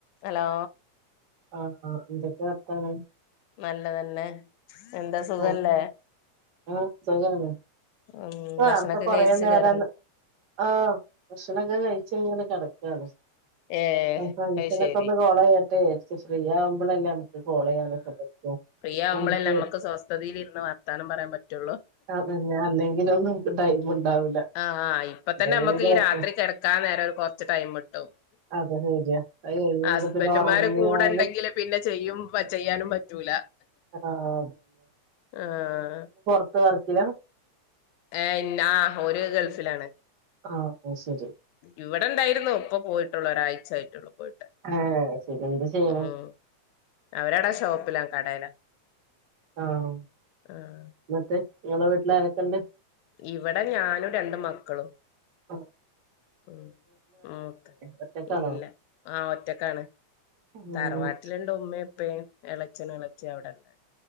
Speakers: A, on the left; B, on the right.
A: Hello
B: ആഹ ആഹ് ഇന്തൊക്കെ വർത്താനം
A: നല്ലതന്നെ എന്താ സുഖല്ലേ?
B: ഓ ആഹ് സുഖാണ്
A: ഉം
B: നേർത്തെ
A: ഭക്ഷണൊക്കെ
B: കൊറേ
A: കഴിച്ച്
B: നേരം
A: കെടന്ന്.
B: ആഹ് ഭക്ഷണൊക്കെ കഴിച്ച് കഴിഞ്ഞ് ഇങ്ങനെ കെടക്കാണ്
A: ഏഹ്
B: <unintelligible>
A: അത്
B: ഒന്ന്
A: ശരി
B: കോള് ചെയ്യട്ടെ ഇച്ചിരി ഫ്രീ ആവുമ്പോളെല്ലേ <unintelligible>
A: ഫ്രീയാവുമ്പോളെല്ലേ
B: നമുക്ക്
A: നമ്മക്ക് സ്വസ്ഥതതിലിരുന്ന് വർത്താനം പറയാൻ പറ്റുള്ളൂ
B: അതന്നെ അല്ലെങ്കിലൊന്നും ടൈം ഉണ്ടാവൂല
A: ആഹ് ആഹ് ഇപ്പ
B: എന്തെങ്കിലൊക്കെ
A: തന്നെ നമ്മക്ക് ഈ രാത്രി കെടക്കാൻ നേരം ഒരു കൊറച്ച് ടൈമ്മ് കിട്ടൂ
B: അതെ ശരിയാ അത് കഴിഞ്ഞിട്ട്
A: ഹസ്ബൻഡ്ന്മാര്
B: പിന്നെ ഒറങ്ങിയാല്
A: കൂടെ ഇണ്ടങ്കില് പിന്നെ ചെയ്യും ഇപ്പ ചെയ്യാനും പറ്റൂല
B: ആഹ്
A: ആഹ്
B: ഇപ്പ വർക്കില
A: ഏ ഇന്ന ആ ഓര് ഗൾഫിലാണ്
B: ആഹ് ഓ ശേരി
A: ഇവിടെണ്ടായിരുന്നു ഇപ്പ പോയിട്ടുള്ളൂ ഒരാഴ്ച ആയിട്ടുള്ളൂ പോയിട്ട്
B: ആഹ് അത് ശരി എന്താ ചെയ്യണെ
A: ഉം അവരടെ ഷോപ്പിലാ കടേല
B: ആഹ് ഇന്നിട്ട്
A: ആഹ്
B: നിങ്ങളെ വീട്ടില് ആരൊക്ക്ണ്ട്?
A: ഇവിടെ ഞാനും രണ്ട് മക്കളും
B: ആഹ്
A: ഉം മൂത്ത്
B: ഒറ്റക്കാണോ
A: ഇല്ല ആഹ് ഒറ്റക്കാണ്
B: ഉം
A: തറവാട്ടില്ണ്ട് ഉമ്മേം ഉപ്പേം ഇളച്ഛനും ഇളച്ഛി അവട്ണ്ട്